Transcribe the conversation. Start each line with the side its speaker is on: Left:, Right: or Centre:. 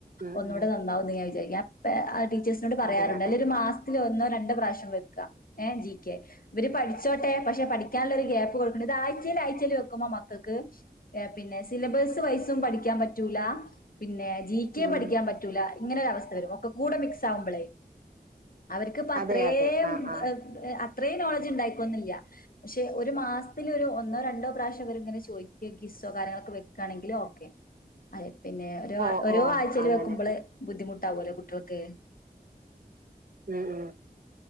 Right: ഉം
Left: ഒന്നുകൂടെ
Right: ഉം
Left: നന്നാവന്ന് ഞാൻ വിചാരിക്ക പ അ അടി േ്സിനോട് പറയാറണ്ട്
Right: അതെ അതെ
Left: അല്ലെ ഒരു മാസ് തിൽ ഒന്നോ രണ്ട പ്രാവശ്യം വെക്ക എ ജി കെ ഇവര് പഠിച്ചോട്ടെ പക്ഷെ പഠിക്കാനുള്ള ഒരു ഗ്യാപ്പ് കൊടുക്കണ്ട് ഇത് ആഴ്ചൽ ആഴ്ചൽ വെക്കുമ്പോ മക്കൾക്ക് പിന്നെ സിലബസ് വൈസും പഠിക്കാൻ പറ്റൂല പിന്നെ കെ
Right: ഉം
Left: പഠിക്കാൻ പറ്റൂല ഇങ്ങനൊരു അവസ്ഥ വരും ഒക്കെ കൂടെ മിക്സ് ആവുമ്പളേ അവർക്ക്ഇപ്പം അത്രേം
Right: അതെ അതെ ആ ആ
Left: അത്രയും നോളജ് ഉണ്ടായിക്കോന്നില്ല പക്ഷെ ഒരു മാസത്തില ഒരു ഒന്നോ രണ്ടോ പ്രാവശ്യം വരെ ഇങ്ങനെ ചോദിക്ക കിസ്വേ കാര്യങ്ങളൊക്കെ വെക്കയാണെങ്കിലിൽ ഓക്കെ അ പിന്നെ ഒര്
Right: ഓ
Left: ഒരോ
Right: ഓ
Left: ആ <unintelligible>
Right: അങ്ങനെ
Left: വെക്കുമ്പോളെ ബു ബുദ്ധിമുട്ടാവും അല്ലേ കുട്ടിൾക്ക്‌
Right: ഉം ഉ